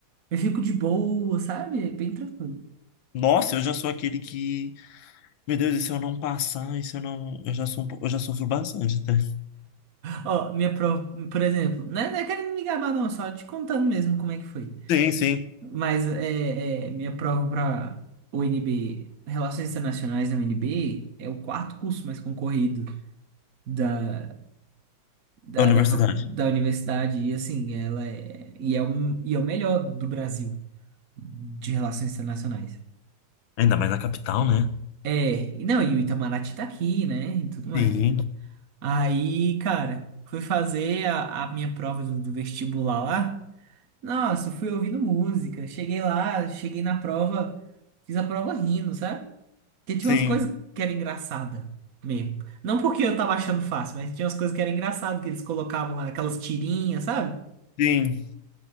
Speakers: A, on the right; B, on the left.
A: eu fico de boa, sabe? Bem tranquilo.
B: Nossa, eu já sou aquele que, meu Deus, e se eu não passar, e se eu não, eu já sou, um po- eu já sofro bastante até.
A: Ó, minha prova, por exemplo, não é, não é querendo me gabar não, só te contando mesmo como é que foi.
B: Sim, sim.
A: Mas é, é, minha prova pra UNB, Relações Internacionais da UNB, é o quarto curso mais concorrido. da, da,
B: Da universidade.
A: da, facu- da universidade e assim, ela é e é, um, e é o melhor do Brasil de relações internacionais.
B: Ainda mais na capital, né?
A: É, e não, e o Itamaraty tá aqui, né, e tudo mais.
B: Sim,
A: Aí, cara, fui fazer a, a minha prova do, do vestibular lá. Nossa, fui ouvindo música. Cheguei lá, cheguei na prova, fiz a prova rindo, sabe? Porque tinha
B: sim,
A: umas coisas que era engraçada mesmo. Não porque eu tava achando fácil, mas tinha umas coisas que era engraçado que eles colocavam lá, aquelas tirinhas, sabe?
B: sim.